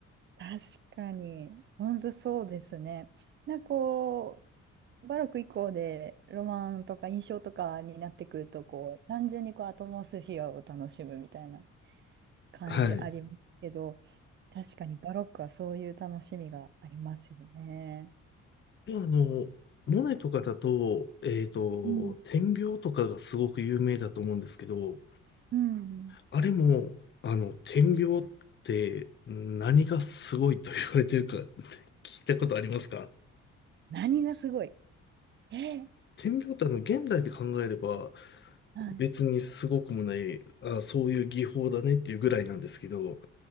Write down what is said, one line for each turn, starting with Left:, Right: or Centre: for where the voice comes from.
Right: 確かに、本当そうですね。なんかこう、バロック以降でロマンとか印象とかになってくると、こう、単純にこうアトモスフィアを楽しむみたいな感じありますけど、
Left: はい。
Right: 確かにバロックはそういう楽しみがありますよね。
Left: であの、モネとかだと、えっと、
Right: うん。
Left: 点描とかがすごく有名だと思うんですけど、
Right: うん。
Left: あれも、あの、点描って何がすごいと言われてるか聞いたことありますか
Right: 何がすごいえ、
Left: 点描ってあの、現代で考えれば、
Right: はい。
Left: 別にすごくもない、あ、そういう技法だねっていうぐらいなんですけど、